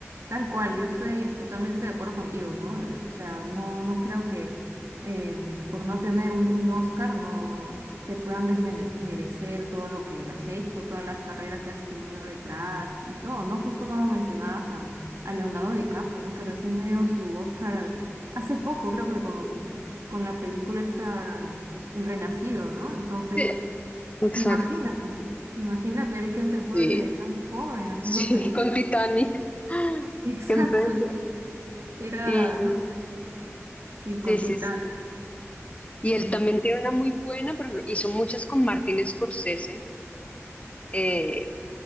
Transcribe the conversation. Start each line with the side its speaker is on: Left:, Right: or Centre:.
Right: Tal cual, yo estoy totalmente de acuerdo contigo, ¿no? Eh, O sea, no, no creo que eh, por no tener un, un Oscar no te puedan desmerecer todo lo que has hecho, todas las carreras que has tenido detrás y todo, ¿no? Justo como mencionabas a, a Leonardo DiCaprio, ¿no? Que recién le dieron su Oscar hace poco, creo que con, con la película esta, El Renacido, ¿no? Entonces,
Left: Sí, exacto.
Right: imagínate, imagínate él que empezó
Left: Sí,
Right: desde tan joven haciendo
Left: sí,
Right: películas.
Left: <laughs> con Titanic.
Right: <laughs> Exacto,
Left: Que empezó.
Right: dice. Era,
Left: Y
Right: no sé, sí, con
Left: sí, sí,
Right: Titán.
Left: sí. Y
Right: Y
Left: él también tiene una muy buena, por ejemplo, hizo muchas con Martin Scorsese. eh,